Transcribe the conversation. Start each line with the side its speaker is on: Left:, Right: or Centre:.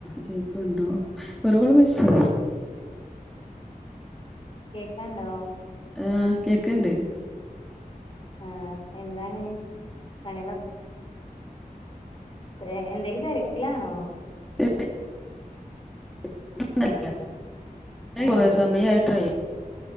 Centre: കേക്ണ്ടോഒര്കൊള്മിസ്സായി
Left: കേക്കാണ്ടോ
Centre: ആഹ് കേക്ണ്ട്
Left: ആഹ്എന്താണ് പണിയാളൊക്കെ ഏഹ് എന്തേലും തെരക്കിലാണോ
Centre: <unintelligible>
Left: ആഹ്
Centre: കൊറേസമയായിട്ടേയ്